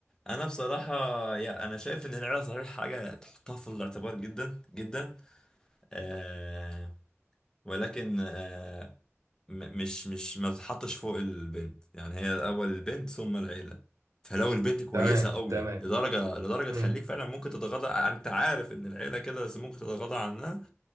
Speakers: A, on the left; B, on the right.
A: انا بصراحه يا انا شايف ان العيله صحيح حاجه تحطها في الاعتبار جدا جدا آه ولكن آه، م- مش مش ما تتحطش فوق البنت يعني هي الاول البنت ثم العيله فلو البنت كويسه
B: تمام
A: قوي
B: تمام
A: لدرجه لدرجه
B: امم
A: تخليك فعلا ممكن تتغاضى انت عارف ان العيله كده بس ممكن تتغاضى عنها